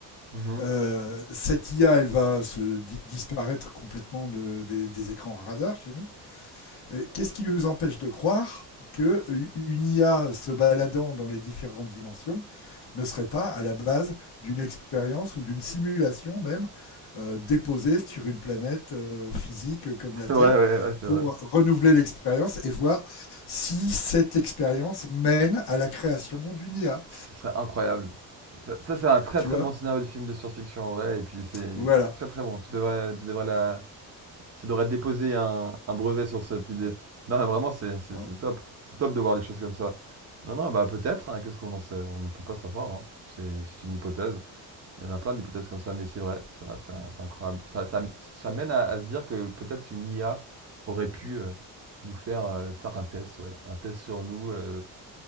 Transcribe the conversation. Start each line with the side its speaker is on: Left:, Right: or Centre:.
Right: mhm.
Left: Euh, cette IA, elle va se di- disparaître complètement de- des- des écrans radars chez nous. Euh, Qu'est-ce qui nous empêche de croire que une IA se baladant dans les différentes dimensions ne serait pas à la base d'une expérience ou d'une simulation même euh, déposée sur une planète euh, physique
Right: <laughs>
Left: comme la
Right: C'est
Left: Terre
Right: vrai, ouais, ouais, c'est
Left: pour
Right: vrai.
Left: renouveler l'expérience et voir si cette expérience mène à la création d'une IA.
Right: Ce serait incroyable. Ça, ça, c'est un très
Left: Tu
Right: très
Left: vois
Right: bon scénario de film de science-fiction en vrai, et puis c'est
Left: Voilà.
Right: très très bon. Tu devrais, tu devrais la, Tu devrais déposer un, un brevet sur cette idée. Non, mais vraiment, c'est c'est-
Left: Hein
Right: c'est top. C'est top de voir les choses comme ça. Non, non, bah peut-être. hein, Qu'est-ce qu'on en sait? On ne peut pas savoir. hein. C'est c'est une hypothèse. Il y en a plein d'hypothèses comme ça, mais c'est vrai. C'est vrai, c'est c'est incroyable. Ça, ça, ça mène à, à se dire que peut-être une IA aurait pu euh, nous faire, euh, faire un test, ouais. Un test sur nous, euh,